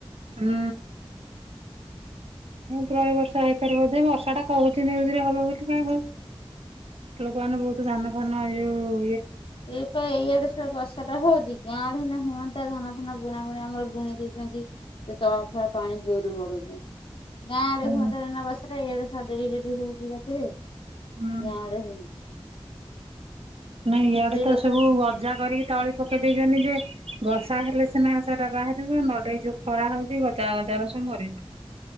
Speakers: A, on the right; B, on the left.
A: ହୁଁ ପ୍ରଳ ବର୍ଷା ହେଇପାରିବ ବଧେ ବର୍ଷା ଟା କହୁଛି ନଉରେ ହବ ବୋଲି କାଇ କହୁଛି ଲୋକ ମାନେ ବହୁତ ଧାନ ଫାନ ଏଇ ଯଉ
B: ସେଇପ ଏଇଆଡେ ସେ ବର୍ଷା ଟା ହଉଛି ଗାଁ ଡେେ ହୁଅନ୍ତା ଧାନ ଫାନ ବୁଣା ବୁଣି ଆମର ବୁଣି ଦେଇଛନ୍ତି ସେ ତଳା ଫଳ ପାଣି ଗୋରୁ ହ ଗାଁ ଆଡେ
A: ହୁଁ
B: ହୁଅନ୍ତ ନବାସିଲା ଏଇଆଡେ ଡେରି ଡେରି ହଉଛି ରାତିରେ
A: ହୁଁ।
B: ଡେ ହ
A: ନାଇଁ ଇଆଡେ ତ
B: ଲୋକ
A: ସବୁ
B: ଆସିକି
A: ଗଜା କରିକି ତଳି ପକେଇ ଦେଇଛନ୍ତିଛନ୍ତି ଯେ ବର୍ଷା ହେଲେ ସିନାସା ବାହାରିବ ନଲେେଇ ଯଉ ଖରା ହଉଛି ଗଜା ଗଜାର ସବୁ ମରିଯିବ